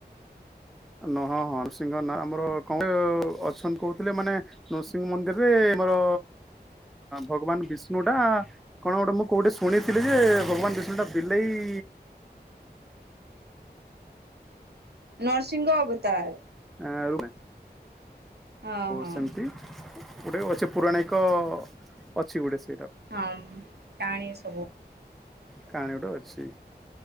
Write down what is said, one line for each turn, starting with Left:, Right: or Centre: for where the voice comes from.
Centre: ନ ହଁ ହଁ ନୃସିଂହ ନା ଆମର କଣ ଅଛନ୍ତି କହୁଥିଲେ ମାନେ ନୃସିଂହ ମନ୍ଦିରରେ ମୋର ଭଗବାନ୍ ବିଷ୍ଣୁ ଟା କଣ ଗୋଟେ ମୁଁ କୋଉଟେ ଶୁଣିଥିଲି ଯେ ଭଗବାନ୍ ବିଷ୍ଣୁ ଟା ବିଲେଇ
Right: ନର୍ସିଂହ ଅବତାର୍।
Centre: ଆଉ
Right: ହଁ ହଁ।
Centre: ସେମ୍--ତି ଗୁଟେ ଅଛି ପୁରାଣିକ ଅଛି ଗୁଟେ‌
Right: ହଁମ୍ ଟାଣି ସବୁ
Centre: କାହାଣୀ ଗୋଟେ ଅଛି।